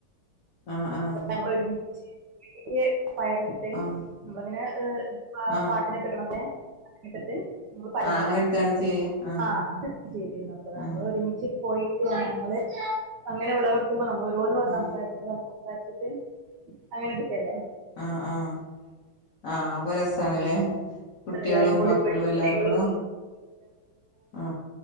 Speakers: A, on the left; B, on the right.
A: ആഹ് ആഹ്
B: അപ്പ ഞങ്ങളോരുമിച്ച് <inaudible> പയർ ഇട്ടട്ട്
A: ആഹ്
B: നമ്മള്ങ്ങനെ ഹ ആ
A: ആഹ്
B: പാട്ടിനെ കിണം ഏ <unintelligible> മ്മള് പരം
A: ആഹ്
B: ഉണ്ടാക്കിരുന്നു
A: അങ്ങനെ എടുത്താണ് ചെയ്യ ആഹ്
B: ആ ശെരിയെന്ന അപ്പോ നമ്മളോരുമിച്ച്
A: ആഹ്
B: പോയി <unintelligible> നമ്മള് അങ്ങനെ വിളവെടുക്കുമ്പോൾ നമ്മ ഓരോന്ന്
A: ആഹ്
B: സംസാരിച്ച് സംസാ പരിച്ചിട്ട് അങ്ങനെ എടുക്കല്ലേ
A: ആ ആഹ് ആ അപ്പൊ രസ ത്തകലേ കുട്ടികളും
B: എല്ലാരും കൂടി
A: മക്കളും
B: പോയി കുട്ടികളും
A: എല്ലാരും കൂട ആ